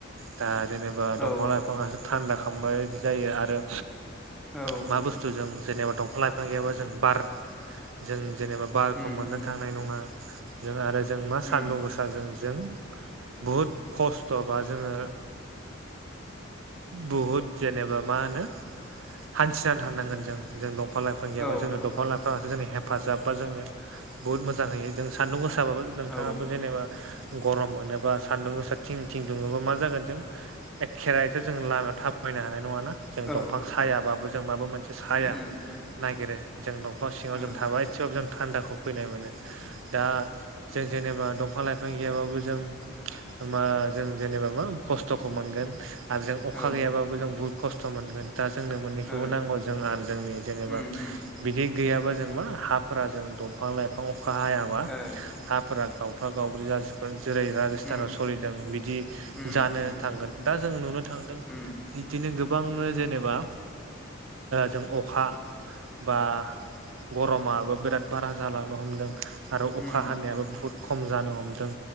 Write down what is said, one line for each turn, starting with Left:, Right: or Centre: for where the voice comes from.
Right: दा जेनेबा दंफां
Centre: औ
Right: लाइफांङासो थान्दा खालामबाय बायदि जायो आरो
Centre: औ
Right: मा बुस्थु बुस्थु जों जेनेबा दफां लाइफां गैयाबा जों बार जों जेनेबा बारखौ
Centre: उम
Right: मोननो
Centre: उम
Right: थांनाय नंङा जों आरो जों मा
Centre: उम
Right: सान्दुं गोसा जों बुहुद खस्थ' बा जोंङो बहुद जेनेबा मा होनो। हान्थिनानै थानांगोन जों जों दंफां लाइफां गैाबा
Centre: औ
Right: जोंनो दंफां लाइफां जोंनि हेफाजाब बा जोंनो बुहुत मोजां होयो जों सान्दुं गोसाबाबो नोंथांङाबो
Centre: औ
Right: जेनेबा गरम मोनोबा सान्दुं गोस थिं थिं दुंङोबा मा जागोन जों एखेरायथ' जों लामायाव थाबायनो हानाय नंङााना जों
Centre: औ
Right: दंफां सायाबाबो जों माबा मोनसे साया
Centre: उम
Right: नागिरो जों दंफां सिंङाव
Centre: ओ
Right: जों थाबाय एसेबाबो जों थान्दाखौ फैनाय मोनो दा जों जेनेबा दंफां लाइफां गैयाबाबो जों मा जों जेनेबा मा खस्थ'खौ मोनगोन। आरो जों अखा
Centre: ओ
Right: गैयाबाबो जों बुहुत खस्थ' मोनगोन। दा जोंनो मोननैखौबो
Centre: औ ओ
Right: नांगौ जों आरो जोंनि जेनेबा
Centre: उम उम
Right: बिदि गैयाबा जों मा हाफोरा जों दंफां लाइफां अखा हायाबा
Centre: ओ
Right: ह फोर गावफ्रा गावब्रै जसिोबगोन जेरै
Centre: उम
Right: <unintelligible> सोलिदों बिदि
Centre: उम
Right: जानो
Centre: उम
Right: थांगोन दा जों नुनो थांदों
Centre: उम
Right: बिदिनो गोबांनो जेनेबा जों अखा। बा गरमाबो बिराद बारा जालांनो हमदों। आरो अखा
Centre: उम
Right: हानायाबो बुहुत खम जानो हमदों।